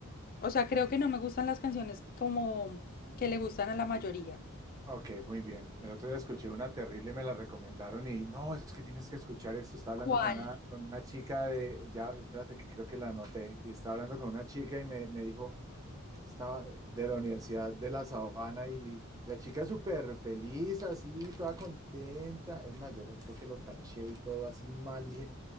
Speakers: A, on the left; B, on the right.
A: O sea, creo que no me gustan las canciones como que le gustan a la mayoría.
B: Ok, muy bien. El otro día escuché una terrible, me la recomendaron y no, es que tienes que escuchar esto. Estaba
A: ¿Cuál?
B: hablando con una, con una chica de, ya, espérate que creo que la anoté, y estaba hablando con una chica y me, me dijo, estaba de la Universidad de La Sabana y la chica súper feliz, así, toda contenta. Es más, yo lo- creo que lo taché y todo así mal. Dije,